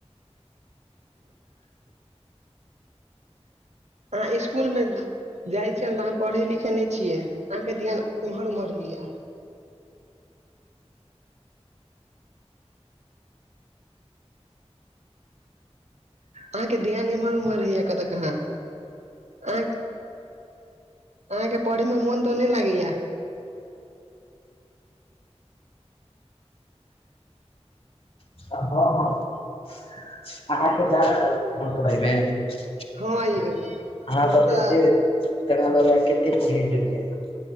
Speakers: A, on the right; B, on the left.
A: अहाँ इसकुलमे जाइ छियै न तऽ अहाँ पढ़ै लिखै नय छियै, अहाँके ध्यान ईम्हर उम्हर रहैया अहाँके ध्यान इम्हर उम्हर रहैय या कतऽ कहाँ अहाँक अहाँके पढ़य मे मोन तोन नय लागै या
B: त हाँ-हाँ <unintelligible>
A: हँ यौ हम तऽ
B: <unintelligible>